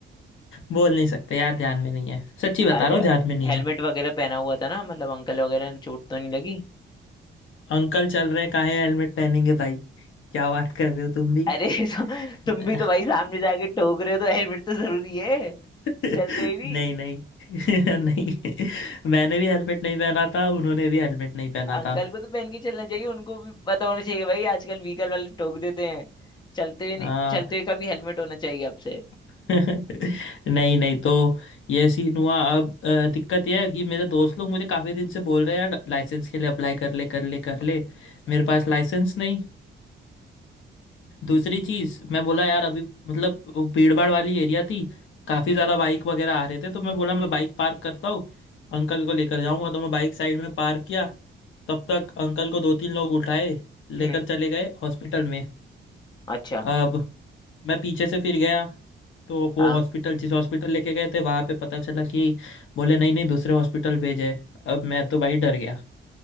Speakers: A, on the left; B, on the left.
A: बोल नहीं सकते यार ध्यान में नहीं है सच्ची बता
B: आजा
A: रहा हूँ ध्यान में नहीं
B: हेलमेट
A: है
B: वगैरह पहना हुआ था ना मतलब अंकल वगैरह ने चोट तो नहीं लगी
A: अंकल चल रहे काहे हेलमेट पहनेंगे भाई क्या बात कर रहे हो तुम भी
B: अरे <laughs> तो, तुम
A: <laughs>
B: भी तो भाई सामने जाके ठोक रहे हो तो हेलमेट तो जरूरी है
A: नहीं
B: चलते हुए भी
A: नहीं <laughs> नहीं मैंने भी हेलमेट नहीं पहना था उन्होंने भी हेलमेट नहीं पहना
B: अंकल
A: था
B: को तो पहन के चलना चाहिए उनको भी पता होना चाहिए भाई आजकल व्हीकल वाले ठोक देते हैं चलते हुए नहीं-
A: हाँ
B: चलते हुए का भी हेलमेट होना चाहिए आपसे
A: <laughs> नहीं नहीं तो ये सीन हुआ अब अ, दिक्कत यह है कि मेरे दोस्त लोग मुझे काफ़ी दिन से बोल रहे हैं यार लाइसेंस के लिए अप्लाई कर ले कर ले कर ले
B: हम्म
A: मेरे पास लाइसेंस नहीं दूसरी चीज़ मैं बोला यार अभी मतलब वो भीड़ भाड़ वाली एरिया थी काफ़ी ज़्यादा बाइक वगैरह आ रहे थे तो मैं बोला मैं बाइक पार्क करता हूँ अंकल को लेकर जाऊंगा तो मैं बाइक साइड में पार्क किया तब तक अंकल को दो तीन लोग उठाए लेकर
B: हम्म,
A: चले गए हॉस्पिटल में
B: अच्छा
A: अब मैं पीछे से फिर गया तो वो
B: हाँ
A: हॉस्पिटल जिस हॉस्पिटल लेके गए थे वहाँ पे पता चला कि बोले नहीं नहीं दूसरे हॉस्पिटल भेजे अब मैं तो भाई डर गया